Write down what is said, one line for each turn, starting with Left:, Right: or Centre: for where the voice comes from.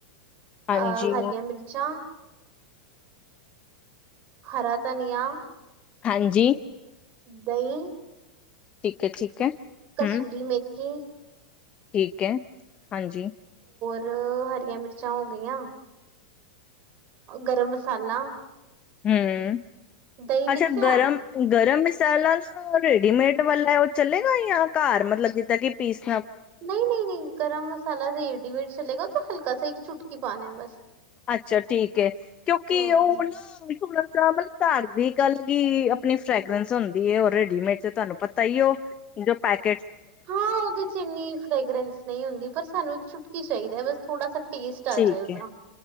Left: ਹਾਂਜੀ
Right: ਅਹ ਹਰੀਆਂ ਮਿਰਚਾਂ, ਹਰਾ ਧਨੀਆਂ,
Left: ਹਾਂਜੀ
Right: ਦਹੀਂ,
Left: ਠੀਕ ਅ, ਠੀਕ ਹੈ
Right: ਕਸੂਰੀ
Left: ਹਮ
Right: ਮੇਥੀ
Left: ਠੀਕ ਹੈ ਹਾਂਜੀ
Right: ਰ-ਅ-ਅ ਹਰੀਆਂ ਮਿਰਚਾਂ ਹੋ ਗਈਆਂ ਗਰਮ ਮਸਾਲਾ
Left: ਹਮ
Right: ਦਹੀਂ ਲਿਖ
Left: ਅੱਛਾ
Right: ਲਿਆ
Left: ਗਰਮ-ਗਰਮ ਮਸ ਸਾਲਾਂ ਰੇਡੀਮੇਡ ਵਾਲਾ ਉਹ ਚਲੇਗਾ ਯਾ ਘਰ ਮਤਲਬ ਜਿੱਦਾਂ ਕਿ ਪੀਸ
Right: ਨਹੀਂ-ਨਹੀਂ-ਨਹੀਂ ਗਰਮ ਮਸਾਲਾ ਰੇਡੀਮੇਡ ਚਲੇਗਾ ਹਲਕਾ ਜਯਾ ਏਕ ਚੁਟਕੀ ਪਾਉਣਾ ਹੈ ਬਸ
Left: ਅੱਛਾ ਠੀਕ ਹੈ ਕਿਉਂਕਿ
Right: ਹੂੰ।
Left: ਉਹ ਹ ਨਾ ਥੋੜਾ ਸਾ ਮਤਲਬ ਘਰ ਦੀ ਗੱਲਗੀ ਆਪਣੀ ਫਰੈਗਰੈਂਸ ਹੁੰਦੀ ਹੈ ਉਹ ਰੇਡੀਮੇਡ ਚ ਤੁਹਾਨੂੰ ਪਤਾ ਹੀ ਉਹ ਜੋ ਪੈਕ
Right: ਹਾਂ ਉਹਦੇ ਚ ਇੰਨੀ ਫਰੇਗਰੈਂਸ ਨਹੀਂ ਹੁੰਦੀ ਪਰ ਸਾਨੂੰ ਛੁਟਕੀ ਚਾਹੀਦਾ ਬਸ ਥੋੜਾ ਸਾ ਟੇਸਟ ਆ
Left: ਠੀਕ
Right: ਜਾਏ ਉਹਦਾ
Left: ਹੈ